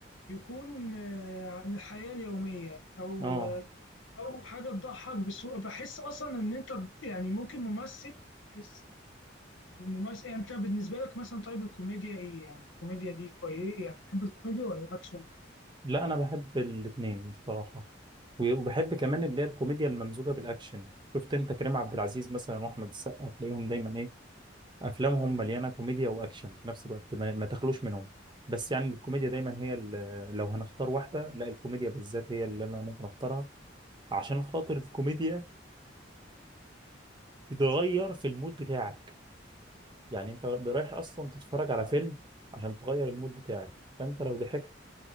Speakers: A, on the left; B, on the right.
A: يكون آه، عن الحياة اليومية أو
B: اه
A: آه، أو حاجة تضحك بسوء بحس أصلا إن أنت يعني ممكن ممثل بحس الممثل يعني أنت بالنسبة لك مثلا طيب الكوميديا إيه يعني الكوميديا دي كويس يعني بتحب الكوميديا ولا الأكشن؟
B: لا انا بحب الاثنين الصراحه و- وبحب كمان اللي هي الكوميديا الممزوجه بالاكشن شفت انت كريم عبد العزيز مثلا واحمد السقا تلاقيهم دايما ايه افلامهم مليانه كوميديا واكشن في نفس الوقت ما, ما تخلوش منهم بس يعني الكوميديا دايما هي ال- لو هنختار واحده لا الكوميديا بالذات هي اللي انا ممكن اختارها عشان خاطر الكوميديا بتغير في المود بتاعك يعني انت رايح اصلا تتفرج على فيلم عشان تغير المود بتاعك فانت لو ضحكت